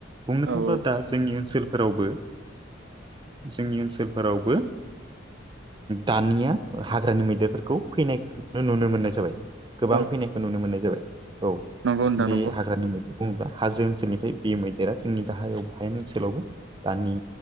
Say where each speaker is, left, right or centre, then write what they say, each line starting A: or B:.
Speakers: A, on the right; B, on the right.
A: बुंनो थाङोब्ला
B: औ
A: दा जोंनि ओनसोलफोरावबो जोंनि ओनसोलफोरावबो दानिया हाग्रानि मैदेरफोरखौ फैनाय नुनो मोननाय जाबाय। गोबां
B: औ
A: फैनायखौ नुनो मोननाय जाबाय! औ
B: नंगौ नोंथां
A: बे
B: नंगौ
A: हाग्रानि मैदेर- बुङोब्ला हाजो ओनसोलनिफ्राय बे मैदेरा जोंनि गाहायाव हायेन ओनसोलावबो दानि